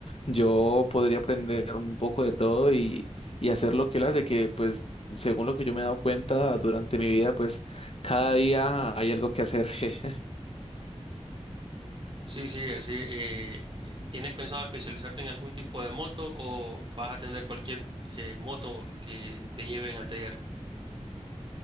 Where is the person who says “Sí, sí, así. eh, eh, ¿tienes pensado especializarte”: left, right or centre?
Right